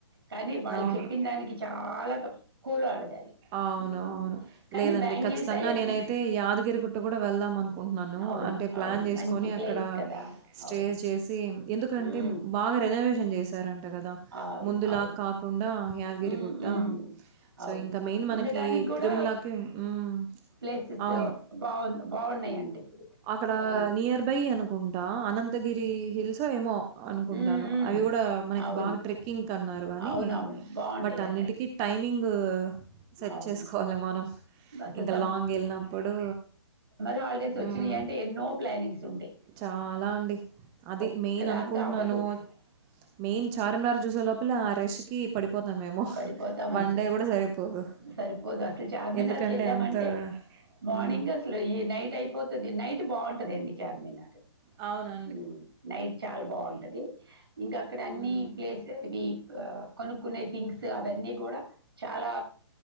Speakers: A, on the right; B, on the right.
A: కానీ వాళ్ళు
B: అవును.
A: చెప్పిన దానికి చాలా తక్కువలో అడగాలి
B: అవును
A: ఉమ్,
B: అవును
A: కానీ
B: లేదండి
A: బ్యాంగిల్స్
B: ఖచ్చితంగా
A: అవన్నీ
B: నేనైతే యాదగిరిగుట్ట కూడా వెళ్దాం అనుకుంటున్నాను
A: అవును
B: అంటే ప్లాన్
A: అవును
B: చేసుకొని
A: మంచి ప్లేస్
B: అక్కడ
A: కదా
B: స్టేస్
A: అవును
B: చేసి ఎందుకంటే
A: ఉమ్.
B: బాగా రెనోవేషన్ చేసి చేసారంట కదా
A: అవును.
B: ముందులాగ
A: అవును.
B: కాకుండా
A: హ్మ్.
B: గిరిగుట్టా
A: హ్మ్.
B: సో
A: అవును.
B: ఇంకా మెయిన్ మనకి
A: ఉండటానికి గూడా
B: తిరుమలకి మ్
A: ప్లేసెస్
B: అవును
A: బావున్ బావున్నాయండి ఇప్పుడు.
B: అక్కడా
A: ఆహ్,
B: నియర్ బై అనుకుంటా అనంతగిరి హిల్స్ ఓ ఏమో అనుకుంటాను
A: హ్మ్. హ్మ్.
B: అవీ గుడా మనకి
A: అవును.
B: బాగా ట్రెక్కింగ్ కి అన్నారు గానీ
A: అవునవును. బావుంటాయంట.
B: బట్ అన్నిటికీ టైం మీంగ్ సెట్
A: అవును.
B: చేసుకోవాలి మనం
A: అసలు
B: ఇంక లాంగ్ ఎళ్ళినప్పుడు
A: రాలిడేస్
B: హ్మ్.
A: వచ్చినియి అంటే ఎన్నో ప్లానింగ్స్ ఉంటాయి
B: చాలా అండి. అది
A: ఒక్కదాంతో
B: మెయిన్ అనుకుంటున్నాను
A: అవ్వదు.
B: మెయిన్ చార్మినార్ చూసేలోపే ఆ రష్ కి పడి పోతామేమో
A: పడిపోతాం
B: వన్
A: అసలు.
B: డే కుడా సరిపోదు
A: సరిపోదు. అసలు చార్మినార్‌కెళ్ళామంటే
B: ఎందుకంటే అంత
A: మార్నింగ్
B: హ్మ్.
A: అసలు ఈ నైట్ అయిపోతది నైట్ బావుంటది అండి చార్మినార్
B: అవున
A: ఉహ్మ్ నైట్ చాలా బావుంటది ఇంక అక్కడ అన్ని
B: హ్మ్.
A: ప్లేసెస్ దీప్ కొనుక్కునే థింగ్స్ అవన్నీ కూడా చాలా